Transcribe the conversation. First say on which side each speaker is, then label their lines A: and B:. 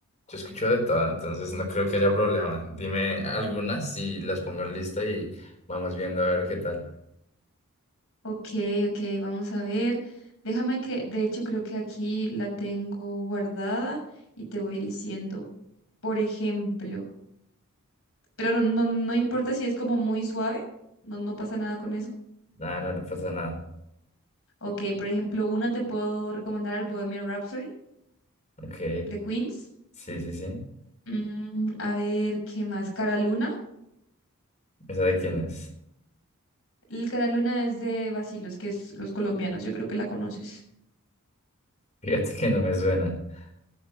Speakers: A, on the left (about 35°); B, on the left (about 65°).
A: Yo escucho de todo, entonces no creo que haya problema. Dime algunas y las pongo en lista y vamos viendo a ver qué tal.
B: Ok, ok, vamos a ver. Déjame que, de hecho, creo que aquí la tengo guardada y te voy diciendo, por ejemplo, pero no, no importa si es como muy suave, no, no pasa nada con eso.
A: Nada, no, no pasa nada.
B: Ok, por ejemplo, una te puedo recomendar el Bohemian Rhapsody
A: Ok,
B: de Queens.
A: sí, sí, sí.
B: Mm, a ver, ¿qué más? Cara Luna.
A: ¿Esa de quién es?
B: El Cara Luna es de Vacilos, que es los colombianos. Yo creo que la conoces.
A: Fíjate que no me suena. <laughs>